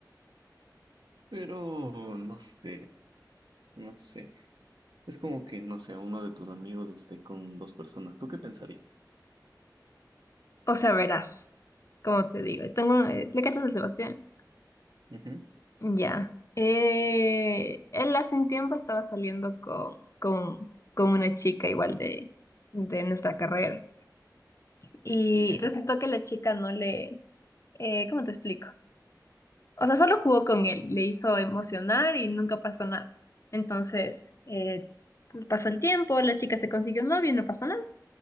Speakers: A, on the right (about 75°); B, on the left (about 45°).
A: Pero no sé, no sé. Es como que, no sé, uno de tus amigos esté con dos personas. ¿Tú qué pensarías?
B: O sea, verás, como te digo. Tengo, eh, ¿le cachas al Sebastián?
A: Ujú.
B: Ya. Eh, él hace un tiempo estaba saliendo con, con, con una chica igual de, de nuestra carrera. Y
A: Ya,
B: resultó que la chica no le... eh, ¿cómo te explico? O sea, solo jugó con él, le hizo emocionar y nunca pasó nada. Entonces, eh, pasó el tiempo, la chica se consiguió un novio y no pasó nada.